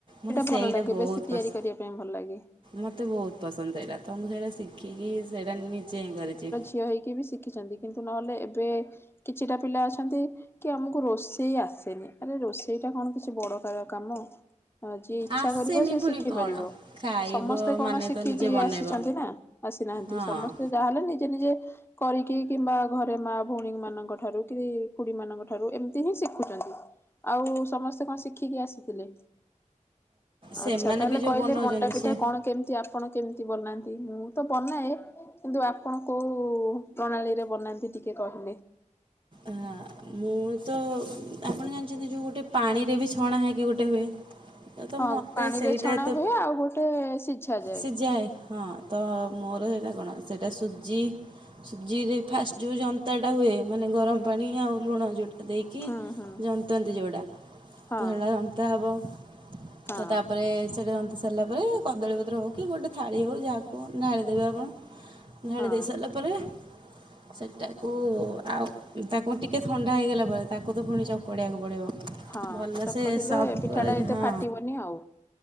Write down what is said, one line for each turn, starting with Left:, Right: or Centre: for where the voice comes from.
Right: ମତେ ସେଇଟା
Left: ଭଲ ଲାଗେ
Right: ବହୁତ
Left: ବେଶୀ ତିଆରି
Right: ପସ
Left: କରିବା ପାଇଁ ଭଲ ଲାଗେ।
Right: ମତେ ବହୁତ ପସନ୍ଦ ସେଇଟା ତ ମୁଁ ସେଟା ଶିଖିକି ସେଟା ନିଜେ ହିଁ କରିଚି।
Left: ହିଅ ହେଇକି ବି ଶିଖିଚନ୍ତି କିନ୍ତୁ ନହେଲେ ଏବେ କିଛିଟା ପିଲା ଅଛନ୍ତି କି ଆମୁକୁ ରୋଷେଇ ଆସେନି ଆରେ ରୋଷେଇଟା କଣ କିଛି ବଡ଼ କାର କାମ? ହଁ ଯିଏ ଇଚ୍ଛା
Right: ଆସେନି
Left: କରିବ ସିଏ
Right: ପୁଣି
Left: ଶିଖି
Right: କ'ଣ
Left: ପାରିବ
Right: ଖାଇବ
Left: ସମସ୍ତେ କଣ
Right: ମାନେ
Left: ଶିଖିକି
Right: ତ ନିଜେ ବନେଇବ
Left: ଆସିଛ ନ୍ତି ନା ଆସିନାହାନ୍ତି
Right: ହଁ
Left: ସମସ୍ତେ ଯା ହେଲେ ନିଜେ ନିଜେ କରିକି କିମ୍ବା ଘରେ ମା ଭଉଣୀମାନଙ୍କ ଠାରୁ କି ଖୁଡ଼ିମାନଙ୍କ ଠାରୁ ଏମିତି ହିଁ ଶିଖୁଚନ୍ତି। ଆଉ ସମସ୍ତେ କଁ ଶିଖିକି ଆସିଥିଲେ?
Right: ସେମାନେ
Left: ଆଚ୍ଛା ତାହେଲେ
Right: ବି ଯେଉଁ
Left: କହିଲେ
Right: ବନଉଛନ୍ତି
Left: ମଣ୍ଡାପିଠା
Right: ସେ
Left: କଣ କେମତି ଆ ପଣ କେମତି ବନାନ୍ତି? ମୁଁ ତ ବନାଏ। କିନ୍ତୁ ଆପଣ କୋଉ ପ୍ରଣାଳୀରେ ବନାନ୍ତି ଟିକେ କହିଲେ।
Right: ଆଃ ମୁଁ ତ ଆପଣ ଜାଣିଚନ୍ତି ଯୋଉ ଗୋଟେ ପାଣିରେ ବି ଛଣା ହେଇକି ଗୋଟେ ହୁଏ। ତ
Left: ହଁ
Right: ମତେ
Left: ପାଣିରେ
Right: ସେଇଟା
Left: ଛଣା
Right: ଏତେ
Left: ହୁଏ ଆଉ ଗୋଟେ ସିଝାଯାଏ
Right: ସିଜାହେ ହଁ ତ ମୋର ହେଟା କଣ ସେଟା ସୁଜି ସୁଜିରେ ଫାଷ୍ଟ ଯୋଉ ଜନ୍ତାଟା ହୁଏ ମା ନେ ଗରମ ପାଣି ଆଉ ଲୁଣ ଯୋଉଟା ଦେଇକି
Left: ହୁଁ ହୁଁ
Right: ଜନ୍ତନ୍ତି ଯୋଉଡ଼ା।
Left: ହଁ
Right: ତ ହେଡ଼ା ଜନ୍ତା ହବ
Left: ହଁ
Right: ତ ତାପରେ ସେଟା ଜନ୍ତି ସାରଲା ପରେ କଦଳୀ ପତ୍ର ହଉ କି ଗୋଟେ ଥାଳି ହଉ ଯାହାକୁ ଢ଼ାଳି ଦେବେ ଆପଣ। ଢ଼ାଳି
Left: ହଁ।
Right: ଦେଇ ସାରିଲା ପରେ ସେଟାକୁ ଆଉ ତାକୁ ଟିକେ ଥଣ୍ଡା ହେଇଗଲା ପରେ ତାକୁ ତ ପୁଣି ଚକଡ଼ିଆକୁ ପଡ଼ିବ।
Left: ହଁ
Right: ଭଲସେ
Left: ଚକଟିଲେ
Right: ସଫ୍ଟ
Left: ପିଠାଟା
Right: କରାଜି
Left: ଏତେ
Right: ହଁ।
Left: ଫାଟିବନି ଆଉ